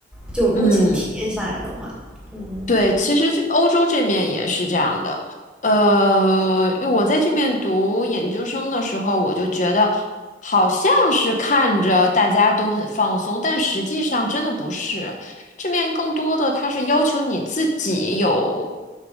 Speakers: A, in the centre; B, on the left.
A: 就我目前体验下来的话，
B: 嗯。
A: 嗯。
B: 对，其实这欧洲这面也是这样的。呃，因为我在这面读研究生的时候，我就觉得好像是看着大家都很放松，但实际上真的不是。这面更多的它是要求你自己有，